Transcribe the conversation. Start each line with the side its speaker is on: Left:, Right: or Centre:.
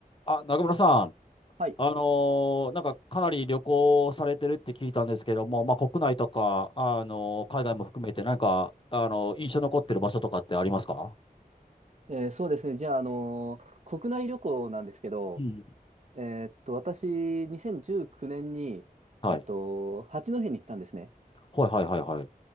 Left: あ、中村さん、
Right: はい。
Left: あのーなんかかなり旅行されてるって聞いたんですけども、まあ、国内とか、あのー海外も含めて何か、あのー印象残ってる場所とかってありますか
Right: えーそうですね。じゃあ、あのー国内旅行なんですけど、
Left: うん。
Right: えーっと、私、2019年に、
Left: はい。
Right: えっと、八戸に行ったんですね。
Left: はいはいはいはい。